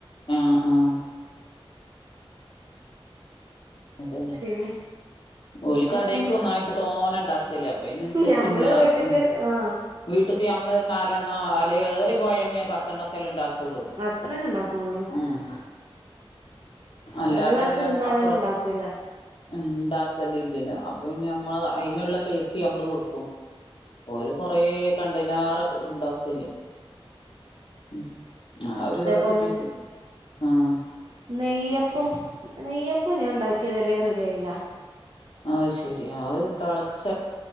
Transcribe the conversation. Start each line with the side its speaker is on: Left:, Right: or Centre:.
Left: ആഹ് ആഹ് അതന്നെ.
Right: പിന്നെ
Left: ഓല് കടേക്കെ
Right: അതുപോലെ
Left: ന്നായിട്ടു താനേ ഇണ്ടാ കല്ലേ അപ്പൊ ഇതിനനുസരിച്ചുള്ള
Right: ഞമ്മള് വീട്ട്ക്ക്
Left: എ
Right: ആ
Left: വീട്ടിക്ക് നമ്മള് ഒരു നാലെണ്ണം അല്ലെങ്കി ഏറി പോയാൽ പത്തെണ്ണൊക്കെല്ലേ ഉണ്ടാക്കുകുള്ളൂ.
Right: അത്രേ തന്നെ ഉണ്ടാക്കുണുള്ളൂ.
Left: ഉം. അല്ലാതെ
Right: പള്ളർച്ച്
Left: അതിലും
Right: തിന്നാനൊന്നും
Left: അപ്പുറം.
Right: ഉണ്ടാക്കൂല്ല
Left: ഉം. ഉണ്ടാക്കലില്ലോ അപ്പൊ പിന്നെ നമ്മള് അതിനുള്ള ടേസ്റ്റ് നമ്മള് കൊടുക്കും ഓല് കൊറേ കണ്ടലാറ് ഉണ്ടാക്കല്. ഉം ആ ഒരു
Right: ഇതേപോലെന്നെ
Left: റെസിപ്പിക്കും. ആഹ്.
Right: നെയ്യപ്പം, നെയ്യപ്പം ഞാൻ ഉണ്ടാക്കിയത് ഇതുവരെ റെഡി ആയില്ല.
Left: അത് ശെരി. അത് തളച്ച